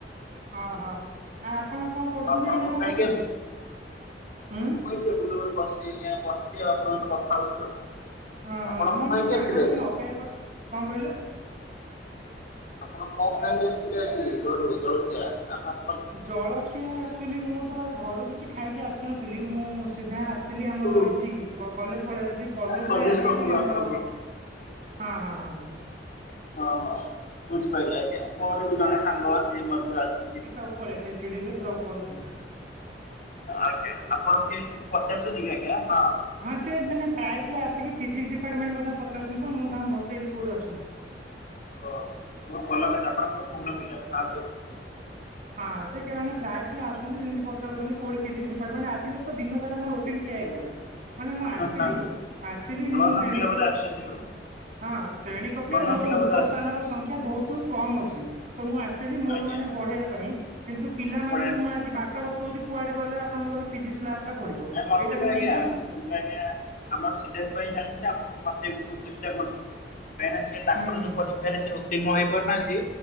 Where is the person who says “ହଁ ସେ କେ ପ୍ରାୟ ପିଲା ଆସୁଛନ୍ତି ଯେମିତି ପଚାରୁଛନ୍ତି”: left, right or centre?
Right